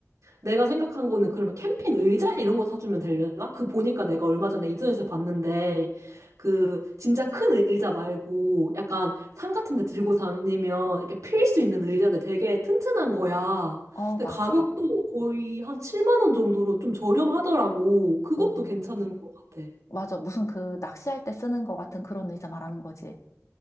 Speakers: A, on the right; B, on the left.
A: 내가 생각한 거는 그러면 캠핑 의자 이런 거 사주면 되려나? 그 보니까 내가 얼마 전에 인터넷에서 봤는데 그 진짜 큰 의자 말고 약간 산 같은 데 들고 다니면 이렇게 필 수 있는 의자인데 되게 튼튼한 거야.
B: 어,
A: 근데
B: 맞아.
A: 가격도 거의 한 7만 원 정도로 좀 저렴하더라고. 그것도
B: 어,
A: 괜찮은 것 같아.
B: 맞아. 무슨 그 낚시할 때 쓰는 것 같은 그런 의자 말하는 거지.